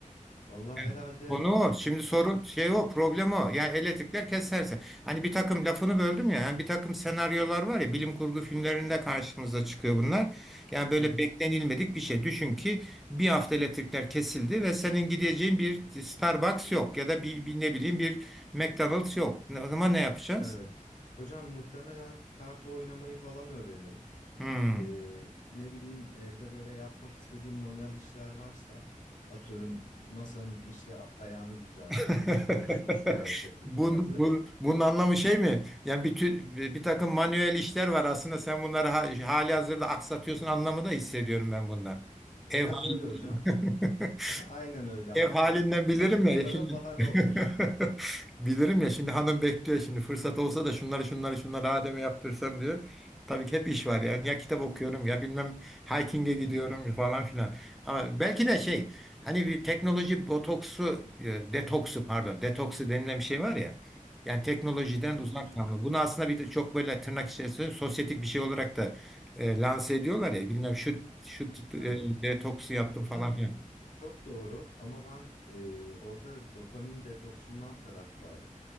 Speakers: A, on the left; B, in the centre.
A: vallahi
B: Evet.
A: herhalde
B: Konu o. Şimdi sorun
A: ka-
B: şey o problem o. Yani elektrikler keserse. Hani bir takım lafını böldüm ya. Yani bir takım senaryolar var ya bilim kurgu filmlerinde karşımıza çıkıyor bunlar. Yani böyle
A: hı hı,
B: beklenilmedik bir şey. Düşün ki bir hafta elektrikler kesildi ve senin gideceğin bir Starbucks yok ya da bir, bir ne bileyim bir McDonald's yok. Ne- O zaman ne yapacağız?
A: evet. Hocam muhtemelen kart oynamayı falan öğrenirim.
B: Hmm.
A: Ee, ne bileyim evde böyle yapmak istediğim manuel işler varsa atıyorum masanın işte ayağını düzelteyim
B: <laughs>
A: işte şunu şuraya çekeyim
B: Bun,
A: tarzı.
B: bu, bunun anlamı şey mi? Yani bir, tü- bir takım manuel işler var aslında sen bunları ha, hali hazırda aksatıyorsun anlamı da hissediyorum ben bundan.
A: Biraz
B: Ev hali.
A: öyle hocam. <laughs>
B: <laughs>
A: Aynen öyle hatta.
B: Ev halinden bilirim
A: Hani onlara
B: ya şimdi.
A: bahane
B: <laughs>
A: olur.
B: Bilirim ya şimdi hanım bekliyor şimdi fırsat olsa da şunları şunları şunları Adem'e yaptırsam diyor. Tabii ki hep iş var yani ya kitap okuyorum ya bilmem hiking'e gidiyorum falan filan. Ama belki de şey hani bir teknoloji botoksu e, detoksu pardon detoksu denilen bir şey var ya. Yani teknolojiden
A: Evet
B: uzak
A: hocam.
B: kalma. Bunu aslında bir de çok böyle tırnak içerisinde sosyetik bir şey olarak da e, lanse ediyorlar ya bilmem şu şu e,
A: Evet.
B: detoksu yaptım
A: Hocam
B: falan filan.
A: çok doğru ama ben e, orada dopamin detoksundan taraftarım.